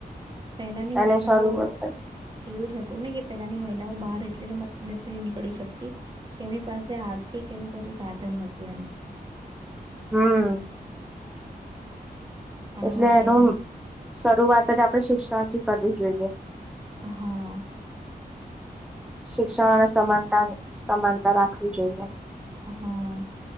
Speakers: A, on the right; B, in the centre.
A: પહેલાની
B: એને
A: મહિલાઓ
B: શરૂઆત જ
A: એવું જ હતું ને કે પેલાની મહિલાઓ બાર <unintelligible> કરી સકતી કે એમની પાસે આર્થિક એનું કશું સાધન નતું એમ.
B: હમ.
A: પણ
B: એટલે
A: હવે અત્યારે
B: એનું શરૂઆત જ આપડે શિક્ષણથી કરવી જોઈએ.
A: હા
B: શિક્ષણ અને સમાનતા સમાનતા રાખવી જોઈએ.
A: હા